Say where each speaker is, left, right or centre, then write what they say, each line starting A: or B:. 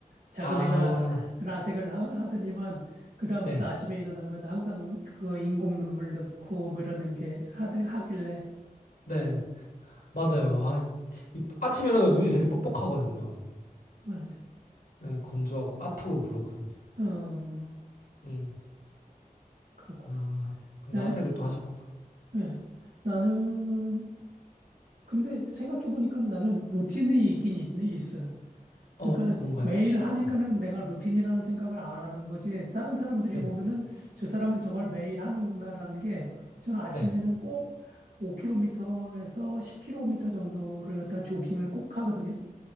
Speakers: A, on the right; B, on the left.
A: 작은
B: 아,
A: 애가 라섹을 하, 하더니만 그다음부터
B: 네,
A: 아침에 일어나면 항상 그거 인공 눈물 넣고 뭐 이러는 게 하들, 하길래,
B: 네, 맞아요. 아, 이- 아침에 일어나면 눈이 되게 뻑뻑하거든요.
A: 맞아.
B: 네, 건조하고 아프고 그렇거든요.
A: 어,
B: 음,
A: 그렇구나.
B: 아, 그
A: 나,
B: 라섹을 또 하셨구나.
A: 예. 나는 근데 생각해보니까는 나는 루틴이 있긴 있, 있어요.
B: 어,
A: 그러니까는
B: 뭔가요?
A: 매일 하니까는
B: 네,
A: 내가 루틴이라는 생각을 안 하는 거지. 다른 사람들이
B: 네,
A: 보면은 저 사람은 저걸 매일 하는구나라는 게 저는 아침에는
B: 네.
A: 꼭 5km에서 10km 정도를 갖다 조깅을 꼭 하거든요.